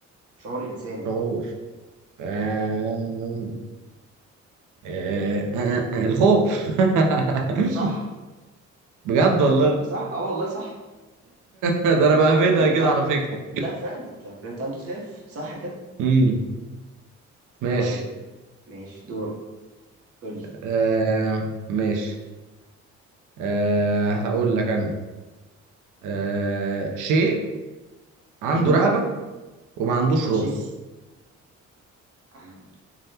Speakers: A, on the right; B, on the right.
A: شعور انساني
B: شعور آه. آه. آه. آه. آه، الخوف <laughs>
A: صح
B: بجد والله
A: طب صح
B: <laughs>
A: اه والله صح
B: ده انا
A: الخوف
B: بهبدها
A: لو اتكلمت
B: كده
A: عنه
B: على فكرة
A: لا فعلا انت لو اتكلمت عنه تخاف صح كده
B: امم ماشي
A: طيب ماشي دور قول لي.
B: آه ماشي آه هقول لك انا آه شيء عنده
A: مهم.
B: رقبة وما عندوش
A: ماشي
B: راس
A: عنده